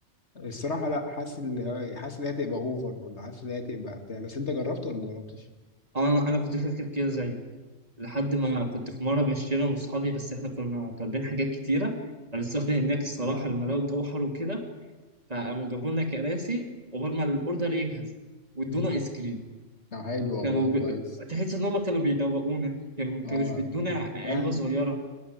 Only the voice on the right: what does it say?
آه، انا انا كنت فاكر كده زيه لحد ما كنت في مرة بشتري انا واصحابي بس احنا كنا طالبين حاجات كتيرة السفر هناك الصراحة لما لقوا الجو حر وكده فقاموا جابوا لنا كراسي قبل ما الاوردر يجهز وادونا
ايس كريم
كانوا
ب... تحس ان هم كانوا بيدوقونا كانوا ما
كانوش بيدونا
علبه صغيره